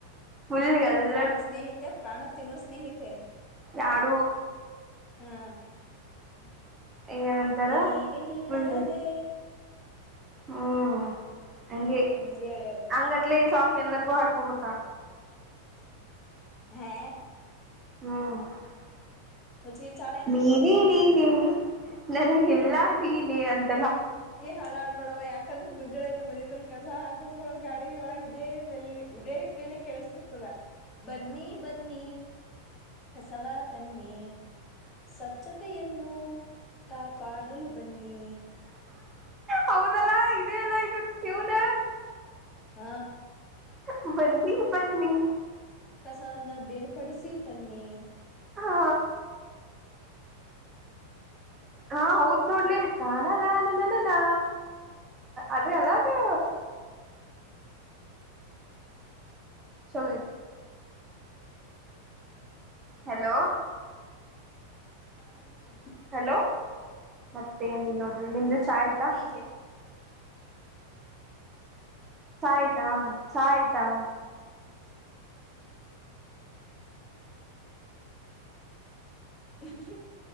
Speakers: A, on the right; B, on the left.
A: ಫುಲ್ಗೆಲ್ಲ
B: ಪ್ರಾಣ ಸ್ನೇಹಿತೆ ಪ್ರಾಣ ತಿನ್ನು ಸ್ನೇಹಿತೆ
A: ಯಾಡು
B: ಹಾ ಅದ
A: ಏನಂತಾರ
B: ನೀರಿಲ್ಲದೆ
A: ಫುಲ್ ಹ್ಮ್ ಅಗೆ
B: ಹ್ಮ್ ಹೇಳ ಹೇಳ
A: ಅಂಗಟ್ಲೆ ಸಾಂಗ್ ಎಲ್ಲರಿಗೂ ಹಾಡ್ಕೊಂಡ್ಂಬರ್ತಾನ
B: ಹಾ
A: ಹ್ಮ್
B: ಹುಚ್ಚಿಗೆ ಚಾಳ ಏನಕಿ
A: ನೀನೇ ನೀನೆ ನನಗೆಲ್ಲ ದೀನಿ ಅದು
B: ಏ ಹಾಡಾಡ್ಬಡವ ಯಾಕಂದ್ರೆ ಮುಂಜಳೆನ ಮಲ್ ಕಸ ಹಕಳ ಗಾಡಿ ಒಳಗ ಇದೇ ಇದೇ ಹಟ್ಟಿವಿನ ಕೇಳಸತಿರ್ತದ ಬನ್ನಿ ಬನ್ನಿ ಕಸವ ತನ್ನಿ ಸ್ವಚ್ಛತೆಯನ್ನು ಕಾಪಾಡಲು ಬನ್ನಿ
A: ಹೌದಲ್ಲಾ ಇದದೆ ಅಲ್ಲ ಇದು ಟ್ಯೂನ್
B: ಹ್ಮ
A: ಹ್ಮ ಬನ್ನಿ ಬನ್ನಿ
B: ಸವನ್ನ ಬೇರ್ಪಡಿಸಿ ತನ್ನಿ
A: ಹಾ ಹಾ ಹೌದ್ ನೋಡ್ಲಿತಾನ ನಾನ ನನ ನಾ ಅದೇ ಅಲ್ಲ ಅದೇ ಚಲ ಹಲೋ
B: ರೇ
A: ಹಲೋ ಮತ್ತೆ ಏನಿಲ್ಲ ನೋಡ್ರಿ ನಿಮ್ದ ಸಾಯಿತ
B: ತಿ
A: ಚಯ್ತಾ ಚಾಯಯ್ತಾ
B: ಹ್ಮ್